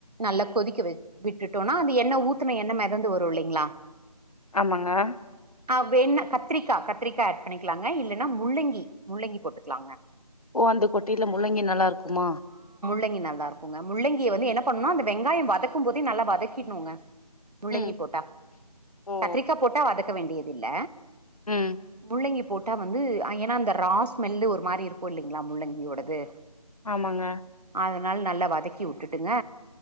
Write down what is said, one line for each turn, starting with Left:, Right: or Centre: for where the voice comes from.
Right: நல்லா கொதிக்க வ விட்டுட்டோன்னா அந்த எண்ண ஊத்துன எண்ண மெதந்து வரு இல்லீங்ளா
Left: ஆமாங்க
Right: ஆ வேண்ணா கத்திரிக்கா கத்திரிக்கா ஆட் பண்ணிக்கலாங்க இல்லன்னா முள்ளங்கி முள்ளங்கி போட்டுக்லாங்க
Left: ஓ அந்த கொட்டைல முள்ள ங்கி நல்லாருக்குமா?
Right: ளங்கி நல்லா இருக்குங்க முள்ளங்கிய வந்து என்ன பண்ணுனா அந்த வெங்காயம் வதக்கும் போதெ நல்லா வதக்கிர்னுங்க முள்ளங்கி
Left: ம்
Right: போட்டா
Left: ஓ
Right: கத்திரிக்கா போட்டா வதக் க வேண்டியதில்ல
Left: ம்
Right: முள்ளங்கி போட்டா வந்து ஏனா அந்த ரா ஸ்மெல்லு ஒரு மாரி இருக்கு இல்லிங்ளா முள்ளங்கியோடது
Left: ஆமாங்க
Right: அதனால் நல்லா வதக்கி உட்டுட்டுங்க